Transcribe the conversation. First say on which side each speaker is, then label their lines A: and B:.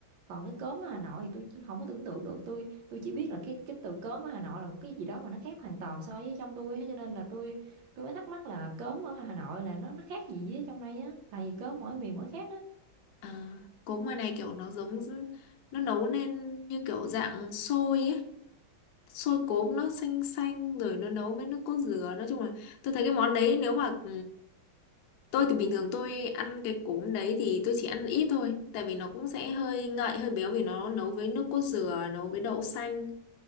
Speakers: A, on the right; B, on the left.
A: còn cái cốm ở Hà Nội thì tôi chỉ không có tưởng tượng được tôi tôi chỉ biết là cái cái từ cốm ở Hà Nội là một cái gì đó mà nó khác hoàn toàn so với trong tôi á cho nên là tôi tôi mới thắc mắc là cốm ở Hà Nội là nó nó khác gì với trong đây á tại vì cốm mỗi miền mỗi khác á
B: à, cốm ngoài này kiểu nó giống nó nấu lên như kiểu dạng xôi ấy xôi cốm nó xanh xanh rồi nó nấu với nước cốt dừa nói chung là tôi thấy cái món đấy nếu mà tôi thì bình thường tôi ăn cái cốm đấy thì tôi chỉ ăn ít thôi tại vì nó cũng sẽ hơi ngậy hơi béo vì nó nấu với nước cốt dừa nấu với đậu xanh